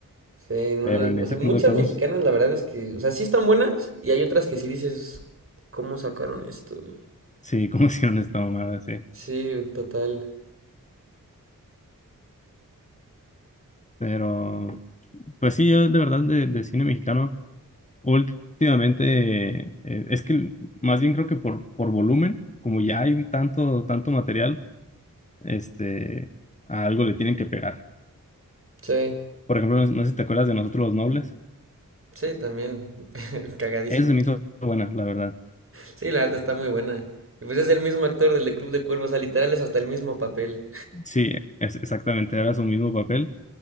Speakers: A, on the right; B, on the left.
A: sí, no,
B: Pero
A: el-
B: en
A: o
B: ese
A: sea, muchas
B: Club de Cuervos,
A: mexicanas la verdad es que, o sea, sí están buenas y hay otras que sí dices, ¿cómo sacaron esto, güey?
B: sí, <laughs> como hicieron esta mamada, sí.
A: Sí, total.
B: Pero, pues sí, yo de verdad de, de cine mexicano, últimamente, eh, es que más bien creo que por, por volumen, como ya hay un tanto, tanto material, este, a algo le tienen que pegar.
A: Sí,
B: Por ejemplo, no, sé no sé si te acuerdas de Nosotros los Nobles.
A: sí, también. <laughs> Cagadísimo.
B: Esa se me hizo buena, la verdad.
A: Sí, la verdad está muy buena. Y pues es el mismo actor del de Club de Cuervos, o sea, literal es hasta el mismo papel.
B: Sí, es exactamente, era su mismo papel,